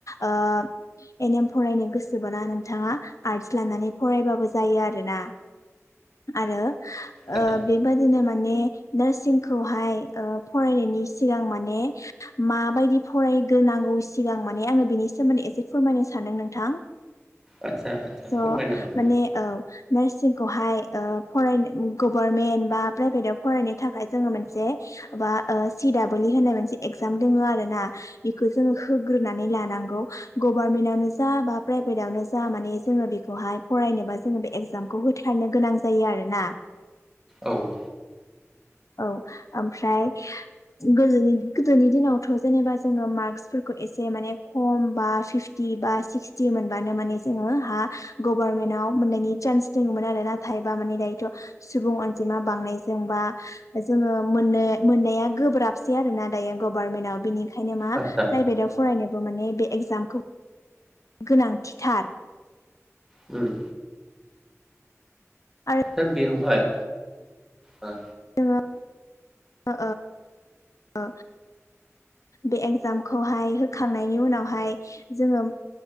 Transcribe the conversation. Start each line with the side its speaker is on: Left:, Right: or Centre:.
Left: ओ एन एम फरायनो गोसोब्ला नोंथाङा आर्टस लानानै फरायबाबो जायो आरोना आरो ओ
Centre: आदसा
Left: बेबायादिनो मा माने नार्सिंखौहाय ओ फरायनायनि सिगां माने माबायदि फरायग्रोनांगौ सिगां माने आङो बिनि सोमोन्दै एसे फोरमायनो सानदों नोंथां।
Centre: आदसा आदसा
Left: स'
Centre: फोरमायनो हागोन
Left: माने औ नारसिं खौहाय ओ फराय गभारमेन्ट बा प्राइभेटाव फरायनो थाखाय जोङो मोनसे बा ओ सि दाबोल इ होननाय मोनसे एगजाम दोङो आरोना बेखौ जोङो होग्रोनानै लानांगौ गभारमेन्टआवनो जा बा प्राइभेटावनो जा माने जोङो बेखौहाय फरायनोबा जोङो बे एगजामखौ होथारनो गोनां जायो आरोना।
Centre: औ।
Left: औ आमफ्राय गोदोनि गोदोनि दिनावथ जेनेबा जोङो मार्कसफोरखौ एसे माने खम बा फिफटि बा सिक्सटि मोनबानो माने जोङो हा गभारनमेन्टाव मोननायनि सान्स दङोमोन आरो। नाथाय बा माने दायोथ' सुबुं अनजिमा बांनायजों बा जोङो मोननो मोननाया गोब्राबसै आरो ना दायो गभारनमेन्टाव बिनि खायनो मा
Centre: आदसा
Left: प्राइभेटआव फरायनोबो माने बे एख जामखौ गोनांथिथार।
Centre: उम।
Left: आरो
Centre: दा बेवहाय ओ।
Left: जोङो ओ ओ बे एगजामखौहाय होखांनायनि उनावहाय जोङो